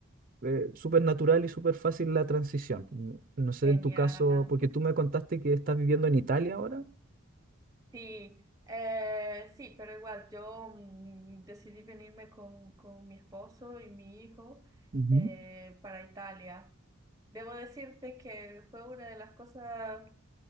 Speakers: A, on the right; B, on the right.
A: eh, súper natural y súper fácil la transición. No, no sé
B: Genial.
A: en tu caso, porque tú me contaste que estás viviendo en Italia ahora.
B: Sí, eh, sí, pero igual yo mm, decidí venirme con, con mi esposo y mi hijo
A: Ujú.
B: eh, para Italia. Debo decirte que fue una de las cosas